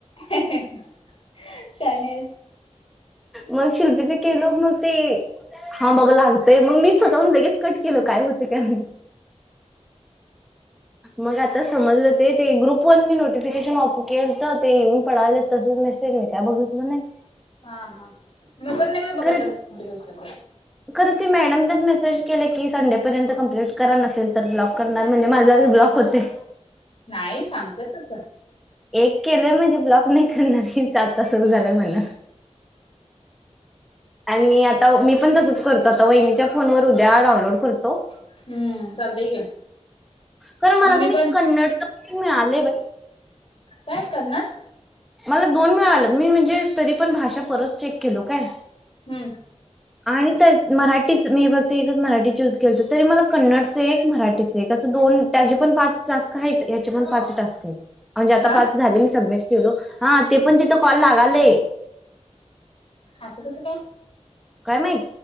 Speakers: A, on the left (about 50°); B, in the centre.
A: हें हें हें चायनीज
B: मग शिल्पचे केल मग ते हा बाबा लागतय मग मी स्वतःह लगेच कट केल काय होते काय माहित मग आता समजलं ते ते ग्रुप वन मी नोटिफिकेशन ऑफ केल तर ते येऊन पडावलेत तसच मेसेज मी काय बघितलो नाही
A: हा, हा, मी पण नाही बाई बघत
B: खर
A: त्याच नोटिफिकेशन तेन.
B: खर ते मॅडम तर मेस के की संडेपर्यंत कंप्ट करा नसेल तर ब्लॉक करणार म्हणजे माझ आज ब्लॉक होतय
A: नाही सांगतेत तस
B: एक केलंय म्हणजे ब्लॉक नाही करणार, आता सुरू झालंय म्हण आणि आता मी पण तसच करतो आता वहिच्या फोनवर त्या डानलोड कर हॅलो
A: हम्म चालतय की
B: कारण मला
A: मम्मी
B: किनी
A: पण
B: कन्नड मिळालेय बई
A: काय कन्नड
B: मला दोन मिळाल म्हणजे तरी पण भाषा परत चेक केलो काय?
A: हम्म
B: आणि तर मराठीच मी फक्त एकच मराठी चूज केलं तर, तरी मला कन्नडच एक, मराठीचे एक, असं दोन त्याचे पण पाच टास्क आहेत, याचे पण पाच टास्क आहेत. म्हणजे आता
A: हा
B: पाच झाले मी सबमिट केलोक हा, ते पण तिथं कॉल लागाल- ते
A: असं कसं काय
B: काय माहीत